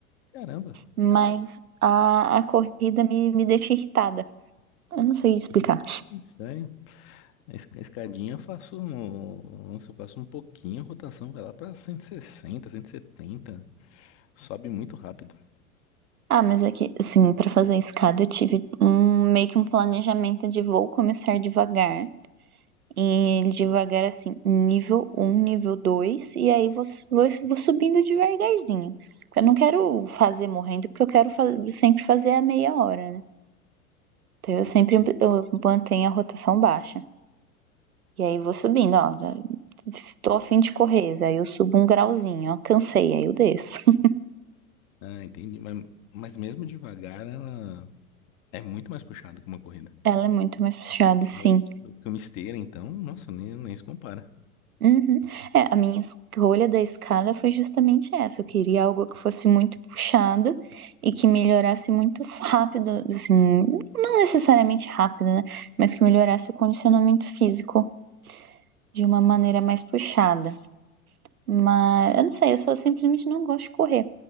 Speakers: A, on the left; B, on the right.
A: Caramba,
B: Mas a, a corrida me, me deixa irritada. Eu não sei explicar.
A: estranho. A es- escadinha eu faço, um- nossa, eu faço um pouquinho, a rotação vai lá pra 160, 170 sobe muito rápido.
B: Ah, mas é que, assim, para fazer a escada eu tive um, meio que um planejamento de vou começar devagar. E devagar, assim, nível um, nível dois E aí vou, su- vou, vou subindo devagarzinho. Porque eu não quero fazer morrendo, porque eu quero fa- sempre fazer a meia hora, né? Então eu
A: Entendi.
B: sempre eu mantenho a rotação baixa. E aí vou subindo, ó. já Tô a fim de correr, aí eu subo um grauzinho, ó. Cansei, aí eu desço. <laughs>
A: Ah, entendi, mas, mas mesmo devagar ela é muito mais puxada que uma corrida.
B: Ela é muito mais puxada, sim.
A: Muito, do que uma esteira, então, nossa, nem, nem se compara.
B: Uhum. É, a minha escolha da escala foi justamente essa. Eu queria algo que fosse muito puxado e que melhorasse muito <laughs> rápido, assim, não necessariamente rápido, né? Mas que melhorasse o condicionamento físico de uma maneira mais puxada. Mas eu não sei, eu só simplesmente não gosto de correr.